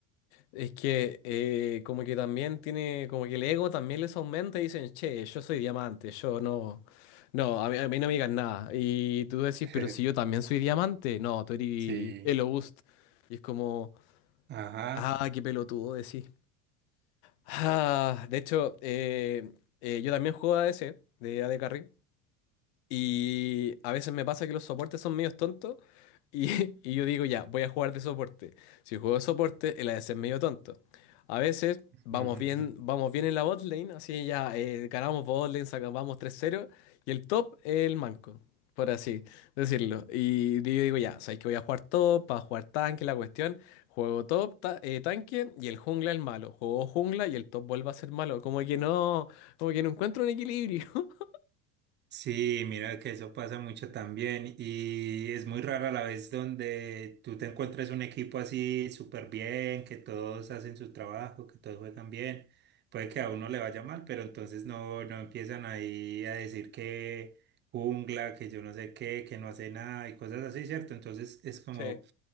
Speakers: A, on the left (about 85°); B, on the right (about 30°).
A: Es que eh, como que también tiene, como que el ego también les aumenta y dicen, che, yo soy diamante, yo no, no, a mí, a mí no me digan nada. Y tú decís,
B: <laughs>
A: pero si yo también soy diamante, no, tú eres
B: Sí,
A: Elobust. Y es como,
B: ajá.
A: ah, qué pelotudo decís. Ah, de hecho, eh, eh, yo también juego ADC, de A AD Carry. Y a veces me pasa que los soportes son medios tontos y, <laughs> y yo digo, ya, voy a jugar de soporte. Si juego de soporte, el ADC es medio tonto. A veces
B: <laughs>
A: vamos bien, vamos bien en la bot lane, así ya eh, ganamos bot lane, sacamos tres cero y el top es el manco, por así decirlo. Y yo digo, ya, sabéis que voy a jugar top, para jugar tanque, la cuestión. Juego top, ta- eh, tanque y el jungla el malo. Juego jungla y el top vuelve a ser malo. Como que no, como que no encuentro un equilibrio. <laughs>
B: Sí, mira que eso pasa mucho también y es muy rara la vez donde tú te encuentres un equipo así súper bien, que todos hacen su trabajo, que todos juegan bien. Puede que a uno le vaya mal, pero entonces no, no empiezan ahí a decir que jungla, que yo no sé qué, que no hace nada y cosas así, ¿cierto? Entonces es como,
A: Sí,